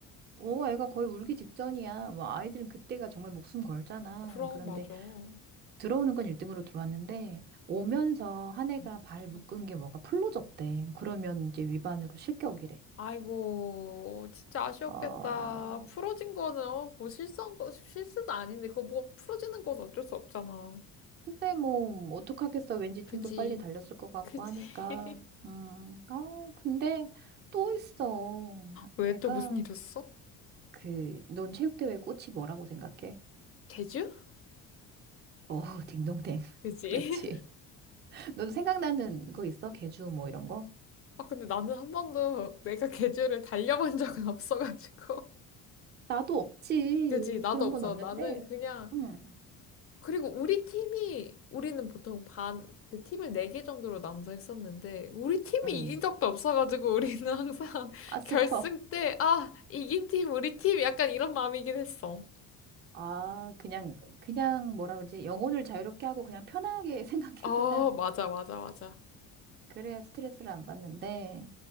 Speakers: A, on the right; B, on the left.
A: 어, 애가 거의 울기 직전이야. 뭐 아이들은 그때가 정말 목숨 걸잖아.
B: 그럼,
A: 그런데
B: 맞아. 응,
A: 들어오는 건 1등으로 들어왔는데 오면서 한 애가
B: 응,
A: 발 묶은
B: 응.
A: 게 뭐가 풀러졌대. 그러면 이제 위반으로 실격이래.
B: 아이고, 진짜 아쉬웠겠다.
A: 아,
B: 풀어진 거는, 어, 뭐 실수한 거, 실수도 아닌데, 그거 뭐 풀어지는 건 어쩔 수 없잖아.
A: 근데 뭐 어떡하겠어. 왠지 좀
B: 그지,
A: 더 빨리 달렸을 것 같고
B: 그지.
A: 하니까.
B: <laughs>
A: 음. 아, 근데 또 있어.
B: 왜
A: 애가
B: 또 무슨 일이었어?
A: 그 넌 체육대회 꽃이 뭐라고 생각해?
B: 제주?
A: 어, 딩동댕.
B: 그지?
A: <laughs> 그렇지. 너도 생각나는 거 있어? 개주 뭐 이런 거?
B: 아, 근데 나는 한 번도 내가 <laughs> 계절을 달려본 적은 <laughs> 없어가지고.
A: 나도 없지.
B: 그지, 나도
A: 그런
B: 없어.
A: 건 없는데.
B: 나는 그냥,
A: 응.
B: 그리고 우리 팀이, 우리는 보통 반, 그 팀을 네 개 정도로 나눠서 했었는데, 우리 팀이
A: 응.
B: 이긴 적도 없어가지고, 우리는 항상 <laughs>
A: 아, 슬퍼.
B: 결승 때, 아, 이긴 팀, 우리 팀, 약간 이런 마음이긴 했어.
A: 아, 그냥, 그냥 뭐라 그러지? 영혼을 자유롭게 하고 그냥 편하게 <laughs> 생각했구나.
B: 어, 맞아, 맞아, 맞아.
A: 그래야 스트레스를 안 받는데,